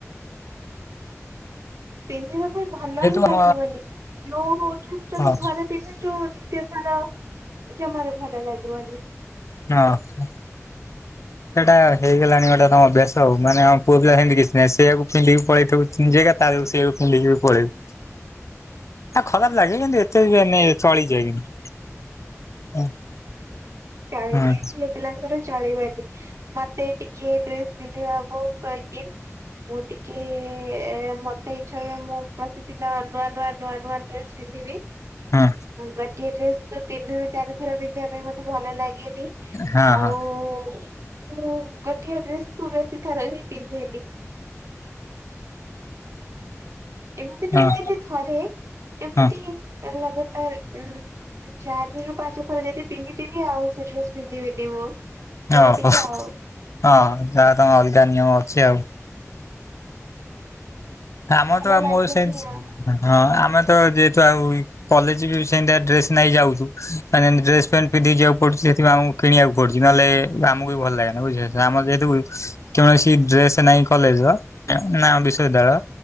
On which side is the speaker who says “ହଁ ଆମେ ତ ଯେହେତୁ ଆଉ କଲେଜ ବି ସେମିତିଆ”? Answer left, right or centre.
Left